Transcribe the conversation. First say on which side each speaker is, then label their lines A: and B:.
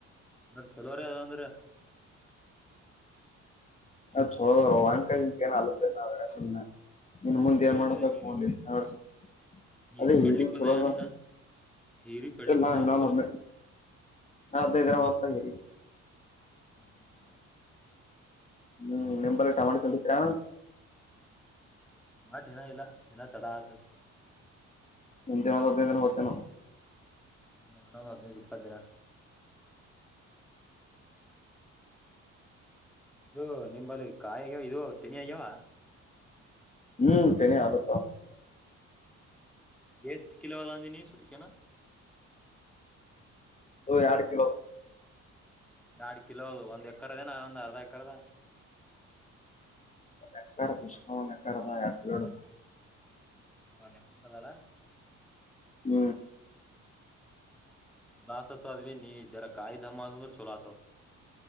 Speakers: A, in the centre; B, on the left (about 25°).
A: ಅಂದ್ರೆ ಚಲೋ್ರ ಅಂದ್ರೆಂತ.
B: ಅ ರ ರವಾಂಕ. ಏನ ಅಲುತ್ತ ನಾವ್ರಸ ಇನ್ ಮುಂದೆ
A: ಹೀರಿ
B: ಏನ್
A: ಹೆಂಗದ
B: ಮಾಡತಲಿ.
A: ಹೀರಿ ಹೀರಿ
B: ಅದೇ
A: ಕಡ್ಲಿಕ್
B: ಏರಿ
A: ಬಂದ
B: ಚಲೋದಾ
A: ಏನ್ ಇನ್ನ ಹೀರಿ ಕಡ್ಲಿಕ್
B: ಎಲ್ಲಾ
A: ಬಂದ
B: ಎಲ್ಲಾನ
A: ಏನ್ ಚಲೋ
B: ಬಂದೆ ನಾ್ದ ಇದರ ಓದ್ತಾ ಹಿರಿ
A: ಹ
B: ಹ್ಮ್ ನಿಂಬರ್ ಕಾಮ ಕೊಂಡಿದರ
A: ಮಾಡಟ್ ಇನ ಇಲ್ಲ ಇನ ಚಡ ಆತ
B: ನಿನದಿನ ದಿನ ಹತನ
A: ಅ ನಣ ಅ ಇಪ್ಪ ದಿನ ಇದು ನಿಂಬಲ್ಲಿ ಕಾಯಿ ಆಗ್ಯಾವ ಇದು ತನಿ ಆಗ್ಯಾವ
B: ಹ್ಮ್ ತನ ಆಲತ
A: ಬೇಸ್ ಕಲವಾದಿ ನೀ ಸಟಕೆನಾ
B: ಓ ಆಡು ಕಲೋ
A: ಎರಡ್ ಕಿಲೋ ಅದು ಒಂದ್ ಎಕರದೇನಾ ಒಂದ್ ಅರ್ಧ ಎಕರದ
B: ನಕ್ಕ್ರ ದುಷ ನಕ್ಕ್ರಟ
A: ಒಂದು ಎಕರೆ ಅದಲ್ಲ
B: ಹ
A: ನಾಸತ ಅದ ಭ ನೀ ಜರ ಕಾಯಿ ಧಮ್ಮ ಅದು ಅಂದ್ರ ಚೊಲ ಆತ